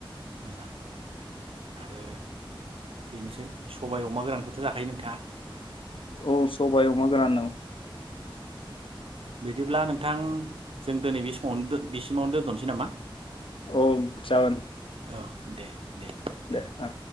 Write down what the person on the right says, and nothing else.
मोजां आरो बेनोसै सबाय अमा गोरानखौथ' जाखायो नोंथाङा?
बिदिब्ला नोंथां जों दिनै बे समावनो दो बेसिमावनो दोनथनोसै नामा?
औ दे। दे नोंथां